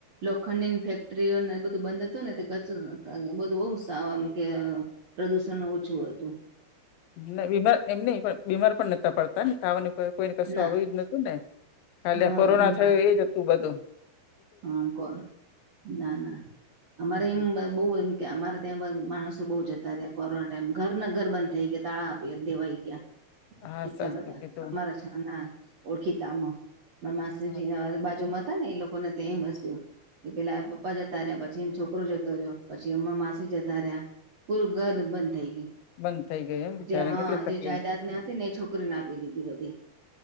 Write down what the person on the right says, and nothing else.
લોખંડ ફેક્ટરીઓને બધું બંધ હતું ને ગ બધું બહમ કે પ્રદુષણ ઓછું હતુ
ના
હા
બીમાર
હા, કોણ ના ના અમારે
એમ બસ બહ એમ કે અમારા ત્યાં માણસો બહુ જતા ત્યાં કોરોના ટાઈમ ઘર ના ઘર બંધ થઈ ગયા તાળા દેવાઈ ગયા
એટલા
બધા
અમારા છ. ઓળખીતામાં માસીજી
બાજુમાં હતા ને એ લોકોને તે હસ્યું કે પેલા પપ્પા જતા રહ્યા પછી એ છોકરો જતો રહ્યો પછી અમ્ માસી જતા રહ્યા પૂરું ઘર બંધ થઈ
ગયું જે હા
જે
જાાયદાદ ને
હતી ને એ છોકરીને આપી દીધી બધી